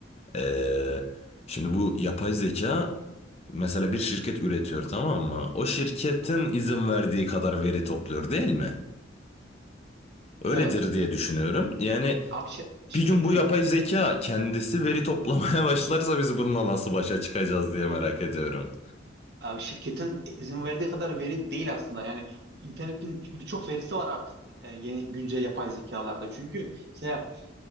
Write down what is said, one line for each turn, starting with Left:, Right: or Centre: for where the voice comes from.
Left: Ee, şimdi bu yapay zeka mesela bir şirket üretiyor tamam mı? O şirketin izin verdiği kadar veri topluyor değil mi? Öyledir
Right: Evet.
Left: diye düşünüyorum. Yani
Right: Abi şi- şirketin
Left: Bir gün bu yapay zeka kendisi veri toplamaya <laughs> başlarsa biz bununla nasıl başa çıkacağız diye
Right: yok
Left: merak ediyorum.
Right: abi şirketin izin verdiği kadar veri değil aslında. Yani internetin birçok verisi var artık e, yeni güncel yapay zekalarda. Çünkü mesela